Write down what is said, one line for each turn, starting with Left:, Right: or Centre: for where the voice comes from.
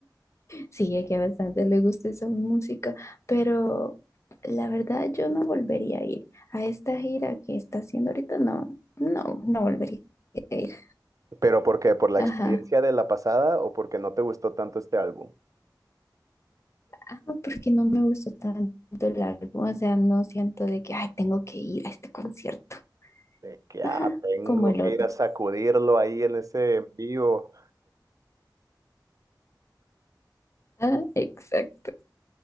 Left: Sí, es que a bastante le gusta esa música, pero la verdad yo no volvería a ir a esta gira que está haciendo ahorita. No, no, no volvería a ir.
Right: ¿Pero por qué? ¿Por la
Left: Ajá.
Right: experiencia de la pasada o porque no te gustó tanto este álbum?
Left: Ah, porque no me gustó tanto el álbum, o sea, no siento de que, ay, tengo que ir a este concierto.
Right: De que
Left: Ajá,
Right: ah, tengo
Left: como el
Right: que
Left: otro.
Right: ir a sacudirlo ahí en ese en vivo.
Left: Ah, exacto.